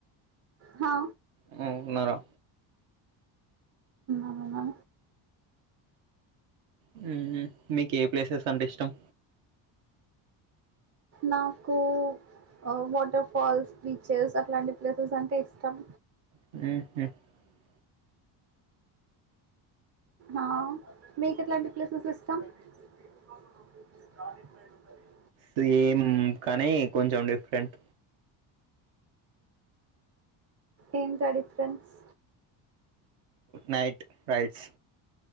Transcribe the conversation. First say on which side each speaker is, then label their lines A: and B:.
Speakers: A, on the right (about 30°); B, on the right (about 75°).
A: అహా
B: హు ఉన్నారా
A: అవునా
B: హు మీకు ఏ ప్లేసెస్ అంటే ఇష్టం
A: నాకు అ వాటర్ ఫాల్స్ బీచెస్ అట్లాంటి ప్లేసెస్ అంటే ఇష్టం
B: <inaudible>
A: ఆహా మీకు ఎట్లాంటి ప్లేసెస్ ఇష్టం <unintelligible>
B: సేమ్ కానీ కొంచెం డిఫరెంట్
A: ఏంట ఆ డిఫరెన్స్
B: నైట్ రైడ్స్